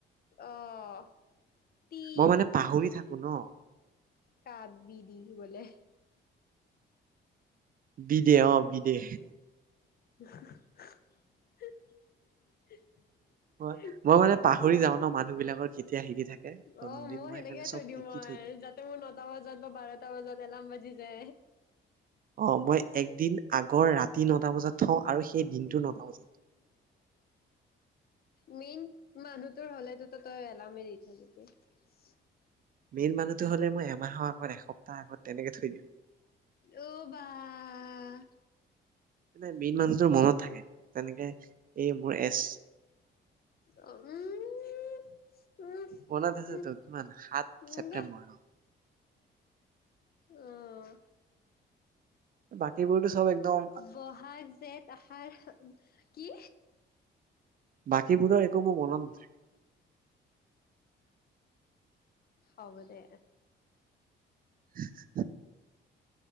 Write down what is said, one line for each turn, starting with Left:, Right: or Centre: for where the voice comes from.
Left: অহ। তি
Right: মই মানে পাহৰি থাকো। শুন
Left: কাক বি দি বোলে।
Right: বিদে, অ' বিদে।
Left: <unintelligible>
Right: মই মই
Left: কি
Right: মানে
Left: হ'ব!
Right: পাহৰি যাও ন মানুহ বিলাকৰ কেতিয়া হেৰি থাকে জন্মদিন
Left: অ' মই সেনেকে
Right: সেইকাৰণে চব
Left: থৈ দিওঁ
Right: লিখি
Left: মই,
Right: থৈ দিওঁ
Left: যাতে মোৰ নটা বজাত বা বাৰটা বজাত এলাৰ্ম বাজি যে
Right: অ' মই একদিন আগৰ ৰা তি নটা বজাত থওঁ আৰু সেইদিনটো নটা বজাত
Left: মেইন মানুহটোৰ হ'লেতোতো তই এলাৰ্মে দি থৈ দিবি।
Right: মেইন মানুহটো হ'লে মই এমাহৰ আগত এসপ্তাহৰ আগত তেনেকে থৈ দিম।
Left: অ' বাহ
Right: নাই মেইন মানুহটোৰ মনত থাকে, তেনেকে এই মোৰ এছ
Left: অ' উম। <inaudible>
Right: মনত আছেতো,
Left: উম
Right: কিমান? সাত
Left: উম
Right: চেপ্তেম্বৰ
Left: যা
Right: অ'।
Left: অ'।
Right: বাকীবোৰতো চব একদম
Left: ব'হাগ, জেঠ, আহাৰ কি!
Right: বাকীবোৰৰ একো মোৰ মনত নাথাকে।
Left: হ'ব দে।
Right: <unintelligible>